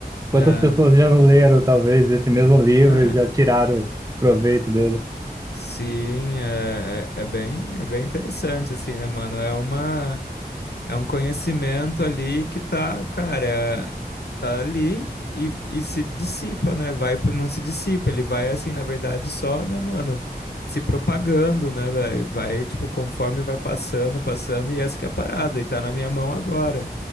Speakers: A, on the right; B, on the left.
A: quantas
B: né?
A: pessoas já não leram, talvez, esse mesmo livro
B: É,
A: e já tiraram proveito dele.
B: sim, é, é é bem, é bem interessante, assim, né, mano? É uma É um conhecimento ali que tá, cara, é- tá ali e, e se dissipa, né? Vai, pro- não se dissipa, ele vai assim, na verdade, só, né, mano, se propagando, né, velho? Vai, tipo, conforme vai passando, passando, e essa que é a parada, e tá na minha mão agora.